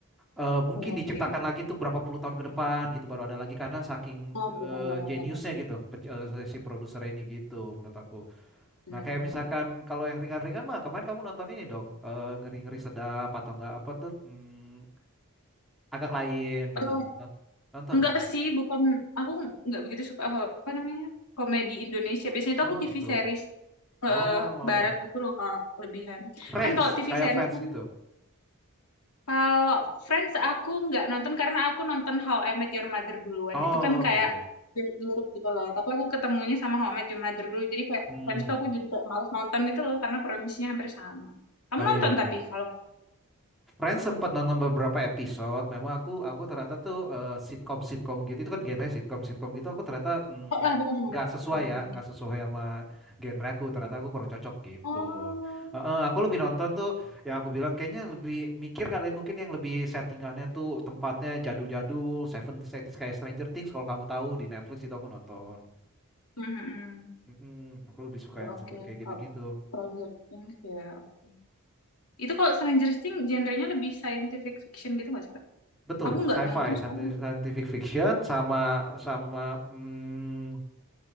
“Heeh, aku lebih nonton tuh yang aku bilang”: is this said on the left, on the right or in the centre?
Centre